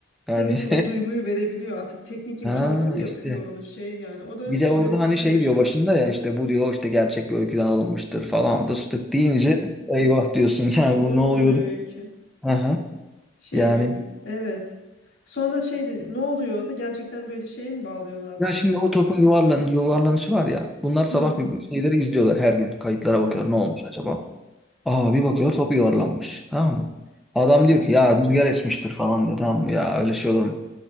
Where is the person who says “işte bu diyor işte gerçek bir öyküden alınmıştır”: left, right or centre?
Centre